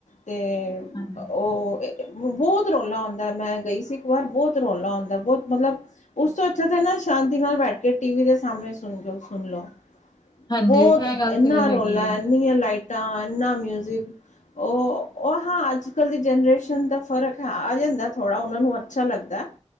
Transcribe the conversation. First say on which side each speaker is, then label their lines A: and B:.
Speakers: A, on the left; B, on the left.
A: ਤੇ
B: ਹਾਂ
A: ਉਹ ਏ ਬਹੁਤ ਰੌਲਾ ਹੁੰਦਾ, ਮੈਂ ਗਈ ਸੀ ਇੱਕ ਵਾਰ ਬਹੁਤ ਰੌਲਾ ਹੁੰਦਾ ਬਹੁਤ ਮਤਲਬ ਉਸ ਤੋਂ ਅੱਛਾ ਤੇ ਨਾ ਸ਼ਾਂਤੀ ਨਾਲ ਬੈਠ ਕੇ ਟੀਵੀ ਦੇ ਸਾਹਮਣੇ ਸੁਣਲੋ ਸੁਣ ਲੋ।
B: ਹਾਂਜੀ
A: ਬਹੁਤ
B: ਇਹ ਗੱਲ
A: ਐਨਾ
B: ਤੇ
A: ਰੋਲਾ,
B: ਹੈਗੀ ਹੈ
A: ਇੰਨੀਆਂ ਲਾਈਟਾਂ, ਐਨਾ ਮਿਊਜਿਕ। ਉਹ ਓ ਹਾਂ, ਅੱਜ-ਕੱਲ੍ਹ ਦੀ ਜਨਰੇਸ਼ਨ ਦਾ ਫ਼ਰਕ ਹੈ ਆ ਜਾਂਦਾ ਥੋੜ੍ਹਾ, ਉਹਨਾਂ ਨੂੰ ਅੱਛਾ ਲੱਗਦਾ।